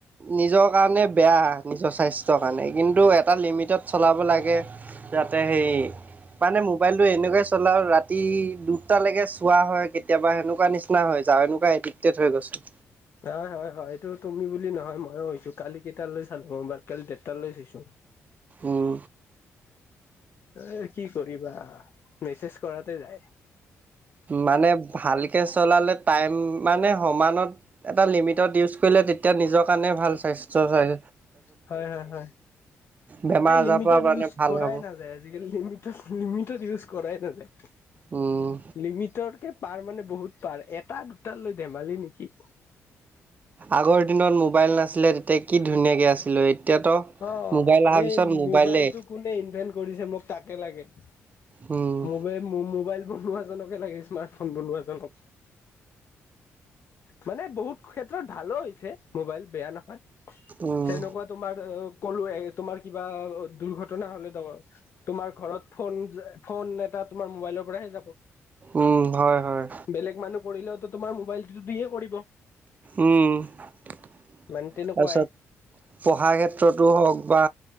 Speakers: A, on the right; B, on the left.
A: নিজৰ কাৰণে বেয়া, নিজৰ স্বাস্থ্যৰ কাৰণে কিন্তু এটা লিমিটত চলাব লাগে। যাতে সেই মানে মোবাইলটো এনেকুৱাই চলাও ৰাতি দুটালৈকে চোৱা হয় কেতিয়াবা, সেনেকুৱা নিচিনা হয়। যা এনুকুৱা এডিক্টেট হৈ গৈছো।
B: হয়-হয়-হয় এইটো তুমি বুলি নহয় ময়ো হৈছো, কালি কেইটালৈ চালো মবাইল কালি দেৰটা লৈ চাইছো।
A: উম।
B: এ কি কৰিবা মেছেজ কৰাতে যায়।
A: মানে ভালকে চলালে টাইম মানে সমানত এটা লিমিটত ইউজ কৰিলে তেতিয়া নিজৰ কাৰণে ভাল স্বাস্থ্য হয়।
B: হয়, হয়, হয়
A: বেমাৰ
B: এই
A: আজাৰৰ
B: লিমিটত
A: পৰা মানে
B: ইউজ
A: ভাল
B: কৰাই
A: হ'ব
B: নাযায়। আজিকালি লিমি লিমিটত ইউজ কৰাই নাযায়।
A: উম।
B: লিমিটতকে পাৰ মানে বহুত পাৰ, এটা, দুটা লৈ ধেমালি নেকি?
A: আগৰ দিনত মোবাইল নাছিলে তেতিয়া কি ধুনীয়াকৈ আছিলে, এতিয়াতো
B: অ,
A: মোবাইল অহাৰ
B: এই
A: পিছত মোবাইলে
B: মোবাইলটো কোনে ইনভেট কৰিছে মোক তাকে লাগে।
A: উম।
B: মোবাইল মোৰ মোবাইল বনোৱা জনকে লাগে স্মাৰ্টফোন বনোৱা জনক। মানে বহুত ক্ষেত্ৰত ভালো হৈছে মোবাইল বেয়া নহয়,
A: উম
B: তেনেকুৱা তোমাৰ কলো তোমাৰ কিবা দুৰ্ঘটনা হ'লে ত তোমাৰ ঘৰত ফন যে ফন এটা তোমাৰ মবাইলৰ পৰাহে যাব,
A: উম হয় হয়
B: বেলগ মানুহ পঢ়িলেওতো তোমাৰ মোবাইলটো দিয়ে কৰিব।
A: উম, তাৰপাছত
B: মানে তেনেকুৱাই
A: পঢ়াৰ ক্ষেত্ৰতো হওক বা